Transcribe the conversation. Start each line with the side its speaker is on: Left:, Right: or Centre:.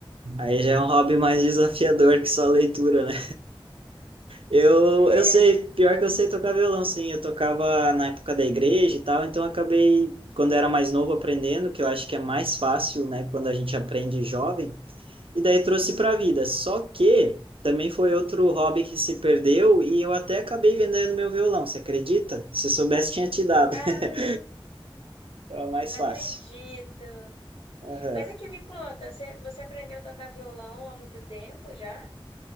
Right: Aí já é um hobby mais desafiador que só a leitura, né? Eu,
Left: <laughs>
Right: eu sei, pior que eu sei tocar violão, sim. Eu tocava na época da igreja e tal, então eu acabei, quando eu era mais novo, aprendendo, que eu acho que é mais fácil, né, quando a gente aprende jovem. E daí trouxe para a vida. Só que também foi outro hobby que se perdeu e eu até acabei vendendo meu violão, você acredita? Se eu soubesse, tinha te dado.
Left: É.
Right: <laughs>
Left: Ah,
Right: Era mais
Left: Não
Right: fácil.
Left: acredito.
Right: Aham.
Left: Mas aqui me conta, você, você aprendeu a tocar violão há muito tempo já?